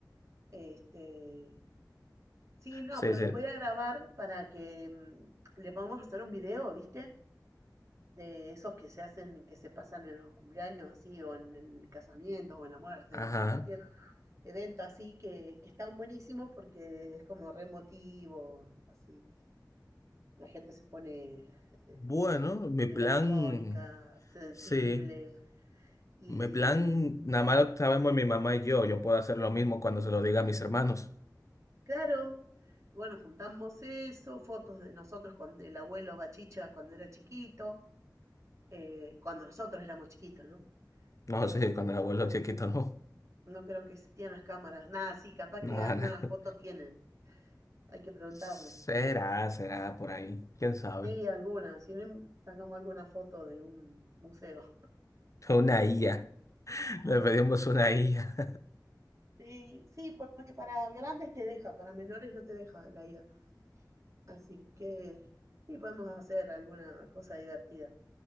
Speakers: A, on the right; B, on the left.
A: Este, sí, no,
B: Sí,
A: pero
B: sí.
A: los voy a grabar para que mm, le podamos hacer un video, ¿viste? De esos que se hacen, que se pasan en los cumpleaños así, o en el casamiento, o en la muerte,
B: Ajá.
A: no sé, en cualquier evento así, que, que están buenísimos porque es como re emotivo, así. La gente se pone eh,
B: Bueno, mi
A: melancólica,
B: plan,
A: sensible,
B: sí.
A: y
B: En plan, nada más lo sabemos mi mamá y yo. Yo puedo hacer lo mismo cuando se lo diga a mis hermanos.
A: Claro. Bueno, juntamos eso, fotos de nosotros con el abuelo Bachicha cuando era chiquito, eh, cuando nosotros éramos chiquitos, ¿no?
B: No
A: Eh,
B: sé, cuando el abuelo chiquito no.
A: no creo que existían las cámaras, nada, sí, capaz
B: <laughs> Nada,
A: que alguna
B: nada.
A: foto tienen, hay que preguntarle.
B: Será, será por ahí. ¿Quién sabe?
A: Sí, alguna, si no, sacamos alguna foto de un museo.
B: Una IA. <laughs> Le pedimos una IA.
A: Sí, sí, porque para grandes te deja, para menores no te deja la IA. Así que sí, podemos hacer alguna cosa divertida.